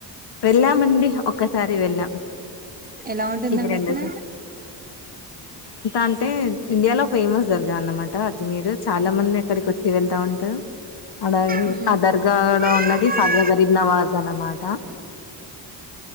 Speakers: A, on the left; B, on the right.
A: వెళ్ళామండి ఒక్కసారి వెళ్ళాం
B: ఎలా ఉంటుందండి
A: ఇది రెండో
B: అక్కడ
A: అంటే ఇండియాలో ఫేమస్ జరగా అన్నమాట అజమీరు చాలా మంది ఎక్కడికి వచ్చి వెతా ఉంట అ
B: మ్మ్
A: ఆ దర్గా
B: అవునా
A: ఉన్నది ఖాజా గరీబ్ నవాజ్ అ అన్నమాట